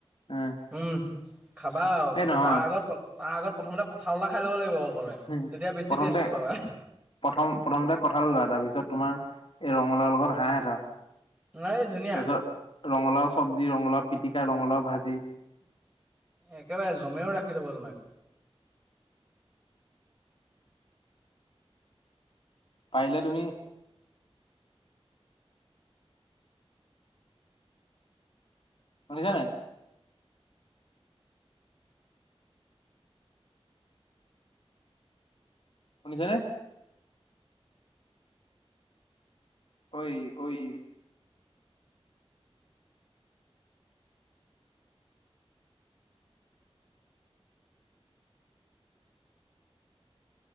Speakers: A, on the left (about 55°); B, on the right (about 15°).
A: এ
B: উম খাবা আৰু
A: এই নহয়
B: তাৰ আগত তাৰ আগত প্ৰথমতে কঁঠাল এটা খাই ল'ব লাগিব অকলে
A: প্ৰথমতে
B: তেতিয়া বেছি টেষ্টটো পাবা
A: প্ৰথম প্ৰথমতে কঠাঁল এটা তাৰপিছত তোমাৰ এই ৰঙলাও লগত হাঁহ এটা
B: নাই এই ধুনীয়া
A: তাৰপিছত ৰঙালাও চবজি ৰঙালাও পিটিকা ৰঙালাও ভাজি
B: একেবাৰে জমেও ৰাখি থব তোমাক
A: পাইলে তুমি শুনিছানাই শুনিছানে ঐ ঐ